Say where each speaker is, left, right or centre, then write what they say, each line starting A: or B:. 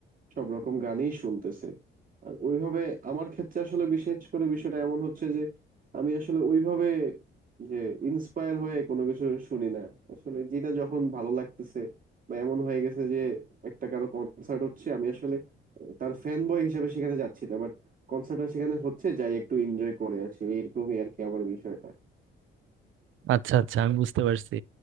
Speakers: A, on the right (about 45°); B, on the right (about 80°).
A: সব রকম গানই শুনতেছে আর ওইভাবে আমার ক্ষেত্রে আসলে বিশেষ করে বিষয়টা এমন হচ্ছে যে আমি আসলে ওইভাবে যে ইন্সপায়ার হয়ে কোনো কিছু শুনি না আসলে যেটা যখন ভালো লাগতেছে বা এমন হয়ে গেছে যে একটা কারো কনসার্ট হচ্ছে আমি আসলে আহ, তার ফ্যান বয় হিসেবে সেখানে যাচ্ছি না বাট কনসার্টটা সেখানে হচ্ছে যাই একটু এনজয় করে আছি এরকমই আর কি আমার বিষয়টা
B: আচ্ছা আচ্ছা আমি বুঝতে পারছি